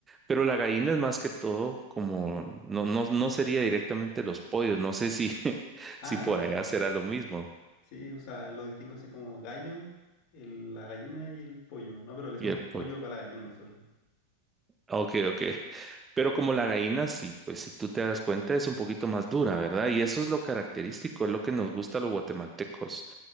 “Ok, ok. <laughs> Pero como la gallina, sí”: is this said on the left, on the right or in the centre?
Right